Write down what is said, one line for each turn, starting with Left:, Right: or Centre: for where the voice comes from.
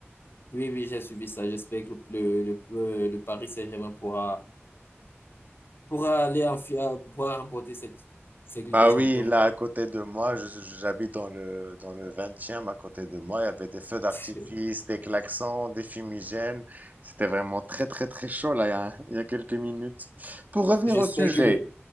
Left: Oui, oui, j'ai suivi ça. J'espère que le, le, le, euh, le Paris Saint-Germain pourra, pourra aller en, fi- euh, pourra remporter cette, cette
Right: Bah
Left: Ligue des Champions.
Right: oui, là à côté de moi, je- je- j'habite dans le dans le 20 à côté de moi, il y avait des feux d'artifice,
Left: <laughs>
Right: des klaxons, des fumigènes. C'était vraiment très très très chaud là il y a, il y a quelques minutes. Pour revenir
Left: J'espère
Right: au sujet,
Left: que le,